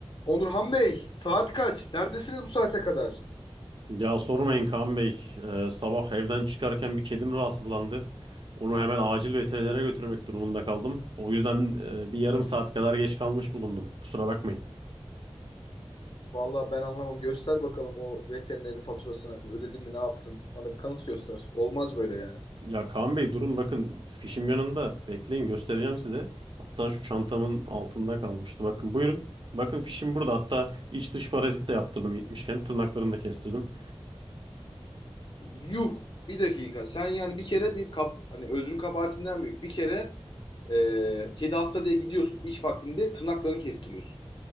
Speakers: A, on the left; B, on the right.
A: Onurhan Bey, saat kaç? Neredesiniz bu saate kadar?
B: Ya sormayın Kaan Bey. Ee, sabah evden çıkarken bir kedim rahatsızlandı. Onu hemen acil veterinere götürmek durumunda kaldım. O yüzden e, bir yarım saat kadar geç kalmış bulundum. Kusura bakmayın.
A: Vallahi ben anlamam. Göster bakalım o veterinerin faturasını. Ödedin mi, ne yaptın? Bana bir kanıt göster. Olmaz böyle yani.
B: Ya Kaan Bey durun bakın fişim yanında. Bekleyin göstereceğim size. Hatta şu çantamın altında kalmıştı. Bakın buyurun. Bakın fişim burada. Hatta iç dış parazit de yaptırdım gitmişken. Tırnaklarını da kestirdim.
A: Yuh, bir dakika. Sen yani bir kere bir kap, hani özrün kabahatinden büyük. Bir kere e, kedi hasta diye gidiyorsun iş vaktinde tırnaklarını kestiriyorsun.